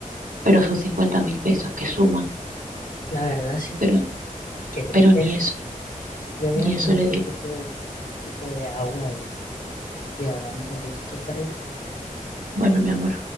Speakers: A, on the right; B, on the left.
A: pero son cincuenta mil pesos que suman,
B: la verdad sí,
A: pero,
B: qué tristeza.
A: pero ni eso,
B: Yo voy
A: ni
B: a tomar
A: eso le
B: un poquito,
A: dio.
B: un poquito de agua y, y, y hablamos ahorita, ¿te parece?
A: Bueno, mi amor.